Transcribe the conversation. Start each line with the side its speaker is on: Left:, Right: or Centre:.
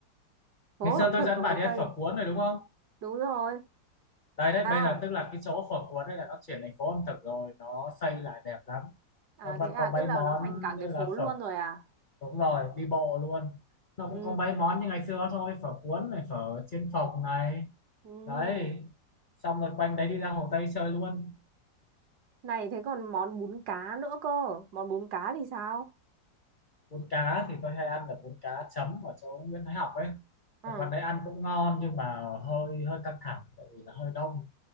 Right: Phố
Left: ngày xưa
Right: ẩm
Left: tôi
Right: thực
Left: dẫn
Right: ở Hồ
Left: bà đi
Right: Tây.
Left: ăn phở cuốn rồi đúng không
Right: Đúng rồi.
Left: đấy đấy
Right: À,
Left: bây giờ tức là cái chỗ phở cuốn đấy là nó chuyển thành phố ẩm thực rồi nó xây lại đẹp lắm
Right: à
Left: nó vẫn
Right: thế à,
Left: có mấy
Right: tức là
Left: món
Right: nó thành cả
Left: như
Right: cái
Left: là
Right: phố luôn
Left: phở
Right: rồi à?
Left: đúng rồi đi bộ luôn nó
Right: Ừ.
Left: cũng có mấy món như ngày xưa thôi phở cuốn này phở chiên phồng này
Right: Ừ.
Left: đấy xong rồi quanh đấy đi ra Hồ Tây chơi luôn
Right: Này thế còn món bún cá nữa cơ. Món bún cá thì sao?
Left: bún cá thì tôi hay ăn được bún cá chấm ở chỗ Nguyễn Thái Học ấy
Right: Ừ.
Left: ở quán đấy ăn cũng ngon nhưng mà hơi hơi căng thẳng tại vì là hơi đông